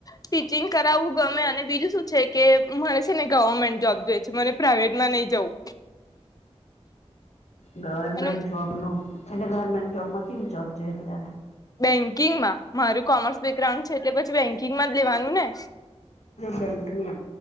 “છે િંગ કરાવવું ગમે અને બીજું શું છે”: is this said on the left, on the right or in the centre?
Left